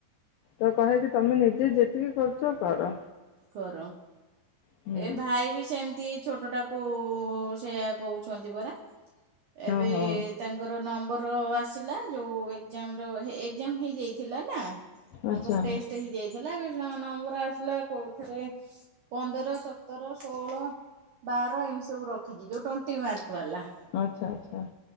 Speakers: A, on the left (about 80°); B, on the right (about 75°).
A: ତ କହେକି ତମେ ନିଜେ ଯେତିକି କରୁଚ କର।
B: କର।
A: ହୁଁ
B: ଏ ଭାଇ ବି ସେମିତି ଛୋଟଟାକୁ ସେୟା କହୁଛନ୍ତି ପରା। ଏବେ
A: ଓହୋ
B: ତାଙ୍କର ନମ୍ବର ଆସିଲା ଯୋଉ ଏକ୍ଜାମର ହେଏ ଏକ୍ଜାମ ହେଇଯାଇଥିଲା ନା ତାଙ୍କର
A: ଆଚ୍ଛା
B: ଟେଷ୍ଟ ହେଇଯାଇ ଦେଲା ବି ସ ନମ୍ବର ଆସିଲା କୋଉଥିରେ ପନ୍ଦର ସତର ଷୋହଳ ବାର ଏମିତି ସବୁ ରଖିଛି ଯୋଉ ଟ୍ୱେଣ୍ଟି ମାର୍କ ବାଲା।
A: ଆଚ୍ଛା ଆଚ୍ଛା।